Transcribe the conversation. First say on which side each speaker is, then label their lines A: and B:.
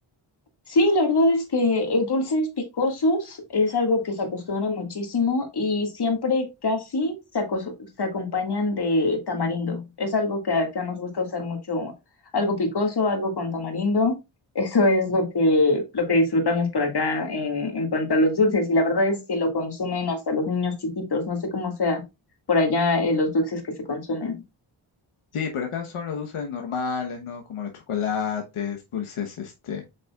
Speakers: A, on the left; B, on the left.
A: Sí, la verdad es que eh, dulces picosos es algo que se acostumbra muchísimo y siempre casi se, acos- se acompañan de tamarindo. Es algo que acá nos gusta usar mucho, algo picoso, algo con tamarindo. Eso es lo que, lo que disfrutamos por acá en, en cuanto a los dulces y la verdad es que lo consumen hasta los niños chiquitos. No sé cómo sea por allá eh, los dulces que se consumen.
B: Sí, pero acá son los dulces normales, ¿no? Como los chocolates, dulces este,